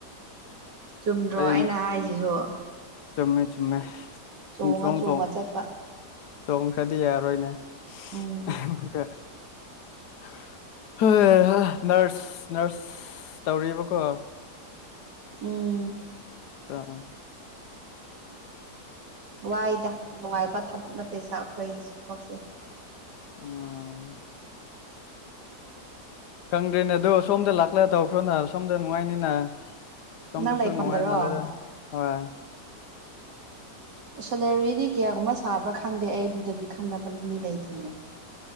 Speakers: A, on the right (about 80°); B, on the left (about 75°).
A: ꯆꯨꯝꯗ꯭ꯔꯣ
B: ꯑꯩ
A: ꯑꯩꯅ ꯍꯥꯏꯁꯤꯁꯨ
B: ꯆꯨꯝꯃꯦ ꯆꯨꯝꯃꯦ
A: ꯆꯣꯡꯉ
B: ꯄꯨꯡ ꯆꯣꯡ
A: ꯆꯣꯡꯉ
B: ꯆꯣꯡ
A: ꯆꯠꯄ
B: ꯆꯣꯡꯈ꯭ꯔꯗꯤ ꯌꯥꯔꯣꯏꯅꯦ
A: ꯎꯝ
B: ꯑꯃꯨꯛꯀ <unintelligible> ꯍꯩꯍꯥ ꯅ꯭ꯔꯁ ꯅ꯭ꯔꯁ ꯇꯧꯔꯤꯕꯀꯣ
A: ꯎꯝ
B: ꯑꯆꯥ <unintelligible>
A: ꯋꯥꯏꯗ ꯅꯨꯡꯉꯥꯏꯕ ꯊꯕꯛ ꯅꯠꯇꯦ ꯁꯥ ꯑꯩꯈꯣꯏꯒꯤ ꯁꯤ ꯊꯕꯛꯁꯦ
B: ꯎꯝ ꯈꯪꯗ꯭ꯔꯦꯅꯦ ꯑꯗꯣ ꯁꯣꯝꯗ ꯂꯥꯛꯂ ꯇꯧꯈ꯭ꯔꯣꯅ ꯁꯣꯝꯗ ꯅꯨꯡꯉꯥꯏꯅꯤꯅ ꯁꯣꯝꯗꯁꯨꯨ
A: ꯅꯪ ꯂꯩꯐꯝꯗꯔꯣ
B: ꯅꯨꯡꯉꯥꯏ ꯃꯥꯂꯦꯗ ꯍꯣꯏ
A: <inaudible> ꯁꯦꯂꯥꯔꯤꯗꯤ ꯀꯌꯥꯒꯨꯝꯕ ꯁꯥꯕ꯭ꯔꯥ ꯈꯪꯗꯦ ꯑꯩ ꯑꯗꯨꯗꯗꯤ ꯈꯪꯅꯕ ꯃꯤ ꯂꯩꯇꯤꯌꯦ